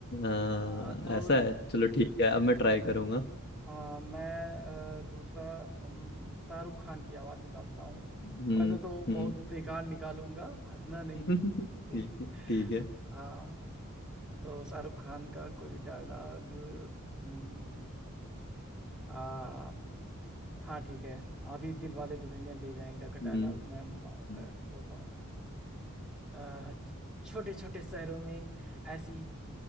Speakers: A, on the left; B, in the centre.
A: हाँ,
B: अ, तो
A: ऐसा है चलो ठीक है अब मैं ट्राई करूंगा
B: हाँ मैं अ, दूसरा अम, शाहरुख खान की आवाज निकालता हूँ
A: हम्म
B: वैसे तो
A: हम्म
B: बहुत बेकार निकालूंगा हंसना नहीं
A: <laughs>
B: है
A: ठीक है ठीक है
B: <laughs> आ, तो शाहरुख खान का कोई डायलॉग हम्म, आ हाँ ठीक है अभी दिल वाले दुल्हनिया ले जाएंगे का डायलॉग
A: हम्म
B: मैं मा-
A: हम्म,
B: का बोल रहा हूँ आ, छोटे छोटे शहरों में ऐसी